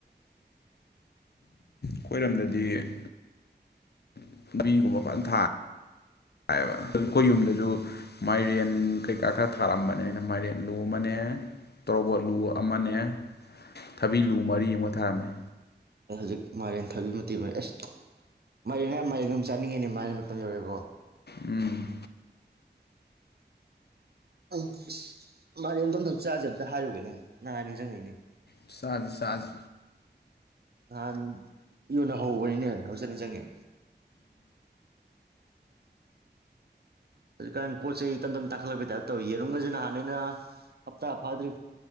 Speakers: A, on the left; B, on the right.
A: ꯑꯩꯈꯣꯏꯔꯣꯝꯗꯗꯤꯕꯤꯒꯨꯝꯕ ꯐꯖꯅ ꯊꯥꯔꯦꯌꯦꯕ ꯑꯗꯨ ꯑꯩꯈꯣꯏ ꯌꯨꯝꯗꯁꯨ ꯃꯥꯏꯔꯦꯟ ꯀꯩꯀꯥ ꯈꯔ ꯊꯥꯔꯝꯕꯅꯤꯅ ꯃꯥꯏꯔꯦꯟ ꯂꯨ ꯑꯃꯅꯦ ꯇꯣꯔꯕꯣꯠ ꯂꯨ ꯑꯃꯅꯦ ꯊꯕꯤ ꯂꯨ ꯃꯔꯤ ꯑꯃ ꯊꯥꯔꯝꯃꯦ
B: ꯑꯩ ꯍꯧꯖꯤꯛ ꯃꯥꯂꯦꯝꯔꯦꯟ ꯊꯥꯕꯤ ꯃꯇꯤ ꯑꯣꯏꯔ ꯑꯦꯁ ꯃꯥ ꯅꯌꯥꯝ ꯃ ꯑꯗꯨꯝ ꯆꯠꯅꯤꯡꯉꯦꯅꯦ ꯃꯥꯥꯏꯅ ꯃꯇꯝ ꯌꯧꯔꯦꯕꯣ
A: ꯎꯝ
B: ꯎꯝ ꯃꯥꯅꯦ ꯑꯗꯣꯝꯗꯪ ꯆꯁꯦ ꯑꯝꯇ ꯍꯥꯏꯔꯨꯒꯦꯅꯦ ꯅꯪꯍꯥꯟ ꯅꯤꯡꯁꯤꯡꯉꯛꯏꯅꯦ
A: ꯁꯥꯖ ꯁꯥꯖ
B: ꯅꯍꯥꯟ ꯌꯣꯟꯅ ꯍꯧꯕꯅꯤꯅꯦ ꯍꯧꯖꯅꯤꯡ ꯆꯪꯉꯤ ꯑꯗꯨ ꯀꯥꯟ ꯄꯣ ꯆꯩ ꯏꯟꯇꯅ ꯇꯥꯠꯂꯛꯄꯩ ꯇꯧꯏꯌꯦ ꯆꯔꯨꯝꯒꯁꯦ ꯅꯍꯥꯟꯅꯦꯩꯅ ꯍꯞꯇꯥ ꯐꯥꯗ꯭ꯔꯤ